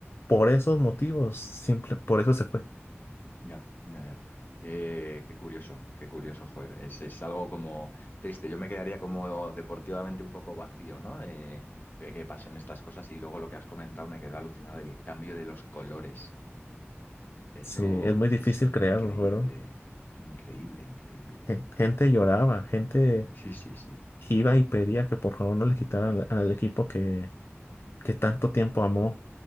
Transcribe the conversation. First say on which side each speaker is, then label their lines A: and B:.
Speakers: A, on the left; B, on the left.
A: por esos motivos, simple, por eso se fue.
B: Ya, ya, ya. Qué, qué curioso, qué curioso, joder. Es, es algo como triste. Yo me quedaría como deportivamente un poco vacío, ¿no? Eh, que, que pasen estas cosas. Y luego lo que has comentado me quedó alucinado, el cambio de los colores. Eso
A: Sí, es muy difícil
B: es increíble,
A: creerlo, ¿verdad?
B: increíble, increíble.
A: Gen- Gente lloraba, gente
B: Sí, sí, sí.
A: iba y pedía que por favor no le quitaran al, al equipo que, que tanto tiempo amó